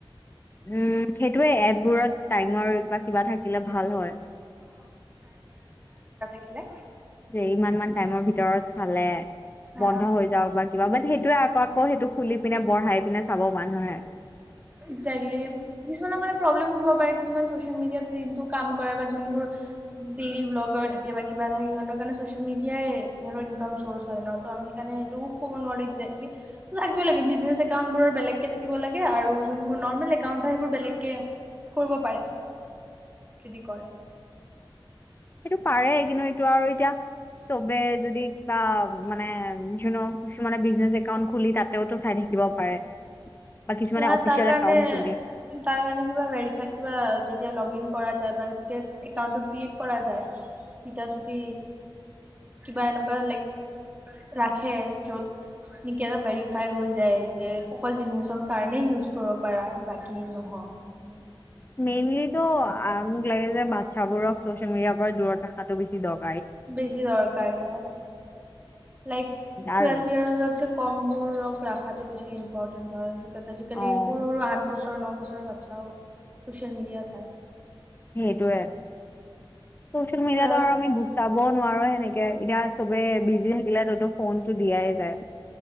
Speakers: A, on the left; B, on the right.
A: উম ক্ষতি সেইটোৱে এপবোৰত টাইমৰ বা কিবা থাকিলে ভাল হয়।
B: থিলে
A: এ ইমান মান টাইমৰ ভিতৰত চালে
B: হা
A: বন্ধ হৈ যাও বা কিবা মানে সেইটো ত আকৌ কৌ সেইটো খুলি পিনে বঢ়াই পিনে চাব মানুহে
B: এজেক্টলি কিছুমানৰ কাৰনে প্ৰব্লেমও হব পাৰে। কিছুমান চচিয়েল মিডিয়াত দিনটো কাম কৰে বা যোনবোৰ দেইলী ব্লগাৰ থাকে বা কিবা থাকে সিহঁতৰ কাৰণে চচিয়েল মিডিয়াই ঘৰৰ ইনকাম চৌৰ্চ হয় ন, ত আমি সেইকাৰণে সেইটোও ক'ব নোৱাৰি এজেক্ট্ৰলি লাগ ব লাগে বিজনেছ একাউণ্টবোৰৰ বেলেগকে থাকিব লাগে আৰু যোনবোৰ নৰ্মেল একাউন্ট হয় সেইবোৰ বেলেগকে কৰিব পাৰে খেতি কৰে
A: সেইটো পাৰে কিন্তু এইটো আৰু এতিয়া চবে যদি কিবা মানে য কিছুমানে বিজনেচ একাউণ্ট খুলি তাতেওটো চাই থাকিব পাৰে বা কিছুমানে
B: ইয়াৰ
A: অফিচিয়েল
B: তাৰ কাৰণে
A: একাউন্ট খুলি
B: তাৰ কাৰণে কিবা ভেৰিফাই কিবা যেতিয়া লগ ইন কৰা যাই বা ষ্টেড একাউণ্টটো ক্ৰীয়েড কৰা যায় তেতিয়া যদি কিবা এনেকোৱা লাইক ৰাখে য'ত নেকি এটা ভেৰিফাই হৈ যায় যে অকল বিজনেছ কাৰণেই ইউজ কৰিব পাৰা বাকী নহয়
A: মেইনলিতো আ মোক লাগে যে বাচ্ছাবোৰক চ'চিয়েল মিডিয়াৰ পৰা দূৰত ৰখাটো বেছি দৰকা
B: বেছি দৰকাৰ ইয়াৰ লাইক টুৱেলভ
A: আৰু
B: ইয়াৰ লৈ কমবোৰক ৰখাটো বেছি ইম্পৰ্টেণ্ট হয় আজি কালি
A: অ'
B: সৰু সৰু আঠ বছৰ আঠ বছৰ ন বছৰৰ বাচ্ছাও ছ'চিয়েল মিডিয়া চায়
A: সেইটোয়ে চচিয়েল মিডিয়াতো
B: টুৱেলভ
A: আৰু আমি গুৰুত্ব ক নোৱাৰো সেনেকে এতিয়া চবে বিজি থাকিলে ততো ফোনটো দিয়াই যায়